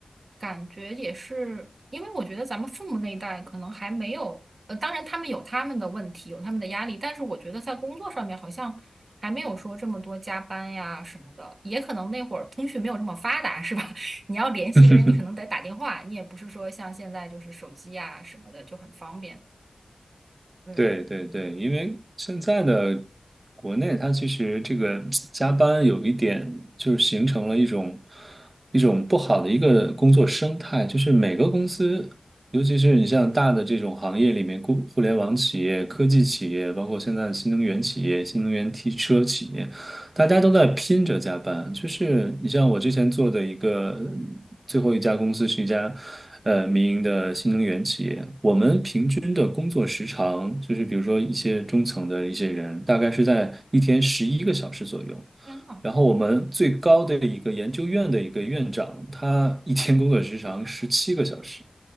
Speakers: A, on the right; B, on the right.
A: 感觉也是，因为我觉得咱们父母那一代可能还没有，呃，当然他们有他们的问题，有他们的压力，但是我觉得在工作上面好像还没有说这么多加班呀什么的，也可能那会儿通讯没有这么发达，是吧？<laughs> 你要联系一个人，
B: <laughs>
A: 你可能得打电话，你也不是说像现在就是手机呀什么的就很方便。嗯，
B: 对对对，因为现在的国内，它其实这个加班有一点，就是形成了一种一种不好的一个工作生态，就是每个公司，尤其是你像大的这种行业里面，互互联网企业、科技企业，包括现在的新能源企业、新能源汽车企业，大家都在拼着加班。就是你像我之前做的一个最后一家公司是一家呃民营的新能源企业。均的工作时长，就是比如说一些中层的一些人，大概是在一天十一个小时左右。
A: 天呐，
B: 然后我们最高的一个研究院的一个院长，他一天工作时长十七个小时。